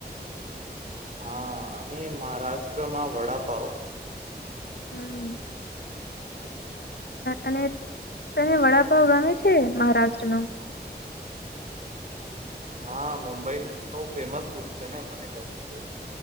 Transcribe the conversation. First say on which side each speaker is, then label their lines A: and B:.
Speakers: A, on the right; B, on the left.
A: હા અને મહારાષ્ટ્રમાં વડાપાવ.
B: હમ
A: હ
B: અને તને વડાપાવ ગમે છે મહારાષ્ટ્ર ન.
A: હા મુંબઈ નું ફેમસ ફૂડ છે ને મને ગમે છે.